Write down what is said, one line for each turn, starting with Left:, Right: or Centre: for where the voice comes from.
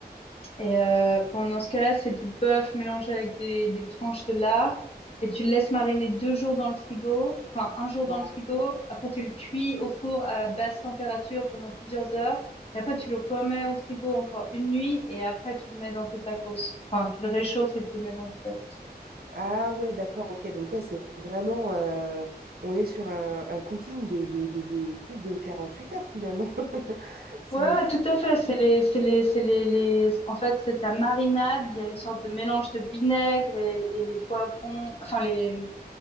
Left: et euh, pendant ce cas-là, c'est du bœuf mélangé avec des, des tranches de lard. Et tu le laisses mariner deux jours dans le frigo, enfin un jour
Right: Wow.
Left: dans le frigo. Après, tu le cuis au four à basse température pendant plusieurs heures. Et après, tu le remets au frigo encore une nuit. Et après, tu le mets dans tes tacos. Enfin, tu le réchauffes et tu le mets dans tes tacos.
Right: Ah ouais, d'accord, ok. Donc ouais, c'est vraiment... euh, on est sur un, un cooking de, de, de- de plus de 48 heures finalement. <laughs> C'est
Left: Ouais, ouais,
Right: c'est
Left: tout à fait. C'est les, c'est les, c'est les, les. En fait, c'est ta marinade. Il y a une sorte de mélange de vinaigre et, et les poivrons, enfin les,